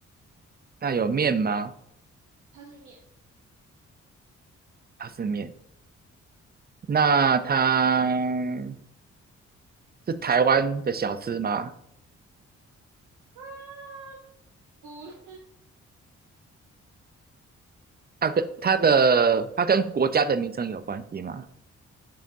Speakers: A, on the right (about 30°); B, on the right (about 85°).
A: 那有面吗？
B: 它是面，
A: 它是面。那它是台湾的小吃吗？
B: 啊，不是，
A: 它跟它的它跟国家的名称有关系吗？